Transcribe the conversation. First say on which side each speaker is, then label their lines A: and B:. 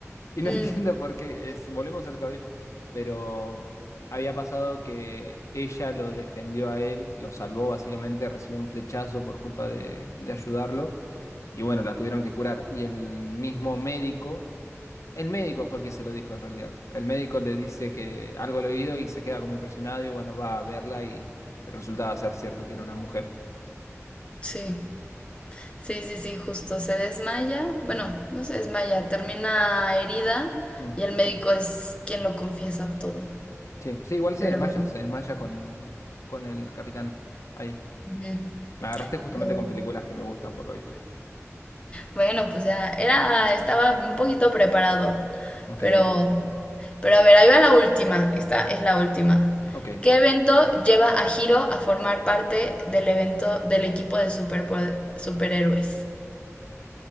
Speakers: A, on the left; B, on the left.
A: Y no
B: Mm,
A: <laughs> entiendo por qué, es- volvemos al cabello, pero había pasado que ella lo defendió a él, lo salvó básicamente, recibió un flechazo por culpa de, de ayudarlo y bueno, la tuvieron que curar. Y el mismo médico, el médico fue el que se lo dijo en realidad, el médico le dice que algo al oído y se queda como impresionado y bueno, va a verla y, y resultaba ser cierto que era una mujer.
B: sí, sí, sí, sí, justo. Se desmaya. Bueno, no se desmaya, termina herida
A: Mm,
B: y el médico es quien lo confiesa todo.
A: Sí, sí, igual se
B: Pero,
A: desmaya, se desmaya con, con el capitán ahí.
B: ujú,
A: Me agarraste justamente
B: pero
A: con películas que me gustan, por lo visto.
B: Bueno, pues ya era, estaba un poquito preparado,
A: Ok,
B: pero, pero a ver, ahí va la última. Esta es la última.
A: ok.
B: ¿Qué evento lleva a Hiro a formar parte del evento del equipo de superpo- superhéroes?